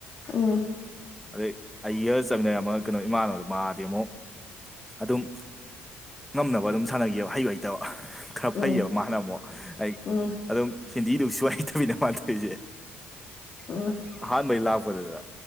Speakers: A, on the left; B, in the centre.
A: ꯎꯝ
B: ꯑꯗꯩ ꯑꯩ ꯏꯔ ꯆꯠꯃꯤꯟꯅ ꯑꯃ ꯀꯩꯅꯣ ꯏꯃꯥꯟꯅꯕꯗ ꯃꯥꯗꯤꯦ ꯑꯃꯨꯛ ꯑꯗꯨꯝ ꯉꯝꯅꯕ ꯑꯗꯨꯝ ꯁꯥꯟꯅꯈꯤꯑꯕ ꯍꯩꯕ ꯍꯩꯇꯕ ꯈꯔ
A: ꯎꯝ
B: ꯐꯩꯌꯦꯕ ꯃꯥꯅ ꯑꯃꯨꯛ ꯑꯩ
A: ꯎꯝ
B: ꯑꯗꯨꯝ ꯀꯦꯟꯗꯤꯗꯨ ꯁꯉꯥꯏꯇꯃꯤꯅ ꯃꯥꯟꯅꯗꯣꯏꯁꯦ
A: ꯎꯝ
B: ꯑꯍꯥꯟꯕꯩ ꯂꯥꯛꯄ ꯄꯗꯨꯗ